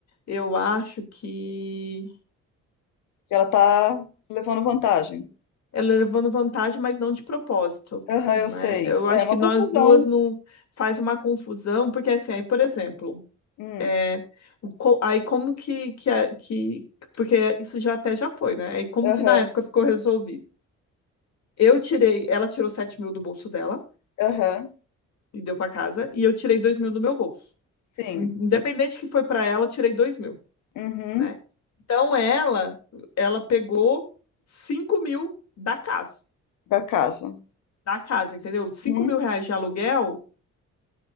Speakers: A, on the left; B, on the left.
A: eu acho que
B: que ela tá levando vantagem.
A: ela levando vantagem, mas não de propósito,
B: Aham,
A: né?
B: eu sei.
A: Eu
B: É
A: acho
B: uma
A: que nós
B: confusão.
A: duas não faz uma confusão, porque assim, aí, por exemplo,
B: Hum,
A: é, o co- aí como que, que, a- que- porque isso já até já foi, né? Aí como que
B: Aham,
A: na época ficou resolvido? Eu tirei, ela tirou sete mil do bolso dela
B: aham,
A: e deu para casa, e eu tirei dois mil do meu bolso.
B: sim.
A: In- Independente que foi para ela, eu tirei 2 mil,
B: Uhum,
A: né? Então ela, ela pegou cinco mil da casa.
B: para casa.
A: Da casa, entendeu? cinco
B: Uhum,
A: mil reais de aluguel